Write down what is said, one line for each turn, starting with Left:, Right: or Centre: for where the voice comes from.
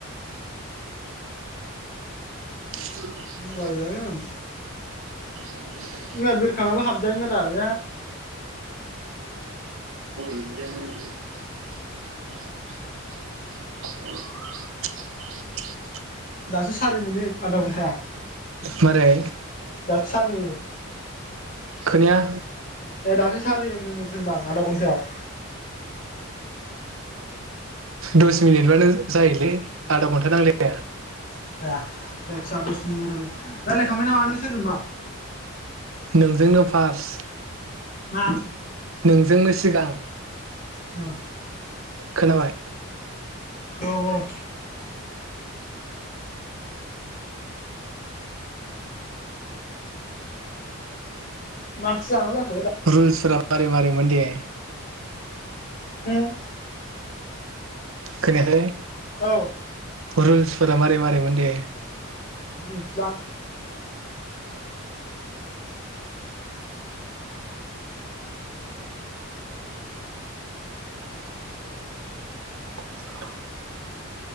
Right: <inaudible>
Left: मबाइल गैयालै आंनाव
Right: औ
Left: जोंना बेरखाङाबो हाबजायो मोनरा ने
Right: <inaudible> <inaudible>
Left: दासो सारि मिनिट आधा घन्टा था
Right: मारै
Left: दासो सारि
Right: खोनाया
Left: ए दासो सारि आरि आधा घन्टायाव
Right: दस मिनिटबानो जाहोलै आधा घन्टा नांलाया
Left: ए रायलायखांबाय नामा नों सोरजों बा
Right: नोंजोंनो फ्रास
Left: मा
Right: नोंजोंनोसी सिगां
Left: न
Right: खोनाबाय
Left: औ औ मास माजाखो
Right: रुल्सफोरा मारै मारै मोनदे <inaudible>
Left: होम
Right: खोनायाखै
Left: औ
Right: रुल्सफोरा मारै मारै मोन दे?
Left: मिथलां
Right: <inaudible>